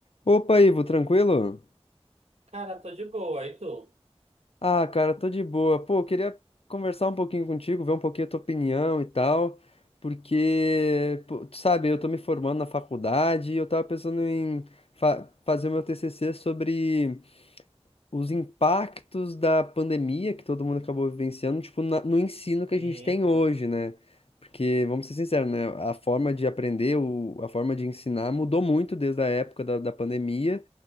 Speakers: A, on the left; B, on the right.
A: Opa, Ivo, tranquilo?
B: Cara, tô de boa, e tu?
A: Ah, cara, tô de boa. Pô, eu queria conversar um pouquinho contigo, ver um pouquinho a tua opinião e tal, porque, pô, tu sabe, eu tô me formando na faculdade e eu tava pensando em fa- fazer o meu TCC sobre os impactos da pandemia que todo mundo acabou vivenciando, tipo, na- no ensino que
B: Uhum,
A: a gente tem hoje, né? Porque, vamos ser sinceros, né? A forma de aprender, o- a forma de ensinar mudou muito desde a época da, da pandemia,